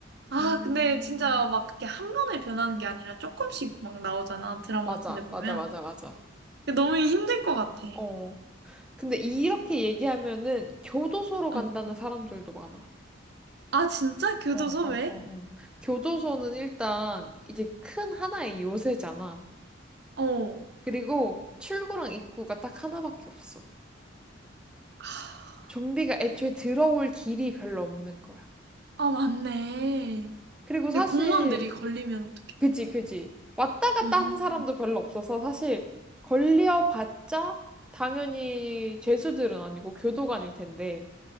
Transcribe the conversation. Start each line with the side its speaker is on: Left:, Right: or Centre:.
Right: 아,
Centre: 음.
Right: 근데 진짜 막 그게 한 번에 변하는 게 아니라 조금씩 막 나오잖아. 드라마
Centre: 맞아,
Right: 같은 데 보면.
Centre: 맞아, 맞아, 맞아.
Right: 근데 너무 힘들 것 같아.
Centre: 어. 근데 이렇게 얘기하면은 교도소로
Right: 어.
Centre: 간다는 사람들도 많아.
Right: 아, 진짜? 교도소
Centre: 어, 어,
Right: 왜?
Centre: 어, 어. 교도소는 일단 이제 큰 하나의 요새잖아.
Right: 어.
Centre: 그리고 출구랑 입구가 딱 하나밖에 없어.
Right: 하.
Centre: 좀비가 애초에 들어올 길이 별로 없는 거야.
Right: 아, 맞네.
Centre: 그리고
Right: 근데
Centre: 사실,
Right: 공무원들이 걸리면 어떡해?
Centre: 그지, 그지. 왔다 갔다
Right: 음,
Centre: 하는 사람도 별로 없어서 사실 걸려봤자 당연히 죄수들은 아니고 교도관일 텐데,